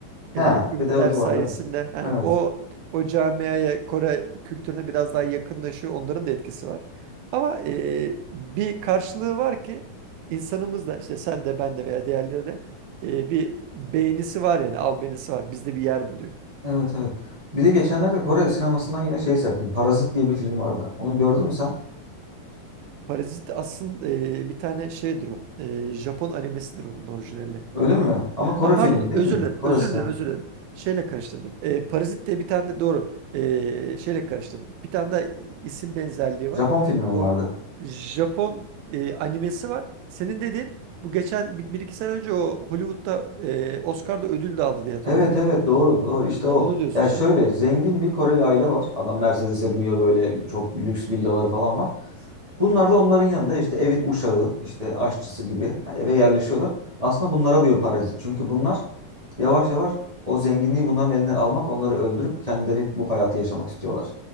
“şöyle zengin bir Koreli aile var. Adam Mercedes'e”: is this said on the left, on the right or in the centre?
Right